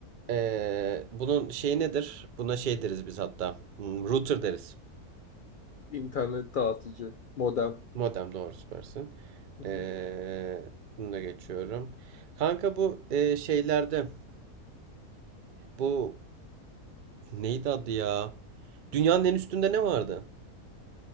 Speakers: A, on the right; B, on the left.
A: Eee, bunun şeyi nedir? Buna şey deriz biz hatta Hmm, router deriz.
B: internet dağıtıcı modem
A: Modem doğru süpersin.
B: Hı hı.
A: Eee bunu da geçiyorum. Kanka bu eee, şeylerde bu neydi adı ya? Dünyanın en üstünde ne vardı?